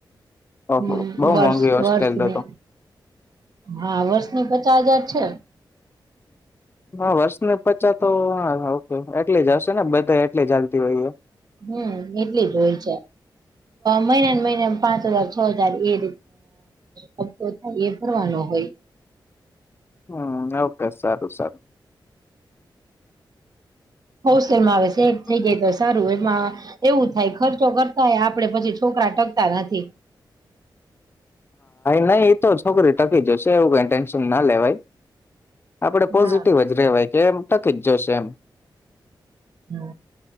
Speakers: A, on the left (about 30°); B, on the right (about 55°).
A: ઓહ
B: હમ
A: બહુ
B: વર્ષ
A: મોંઘી હોસ્ટેલ
B: વર્ષની
A: તો તો
B: હા વર્ષની પચાસ હજાર છે
A: હા વર્ષને પચા તો હા હ એટલે જ હશે ને બધા કેટલે જાલતી હોય એ
B: હમ એટલી જ હોય છે મહિનાને મહિને પાંચ હજાર છ હજાર એી હપ્તો થાય એ ભરવાનો હોય
A: હમ સારું સારું
B: હોલસેલમાં
A: હા
B: આવે સેટ થઈ જાય તો સારું એમાં એવું થાય ખર્ચો કરતા હોય આપડે પછી છોકરા ટકતા નથી.
A: નહી એ તો જ છોકરી ટકી જશે એવું કઈ ટેન્શન ના લેવાય આપડે પોઝિટિવ
B: હા
A: જ રેવાય જેમ તકી જ જશે એમ
B: હમ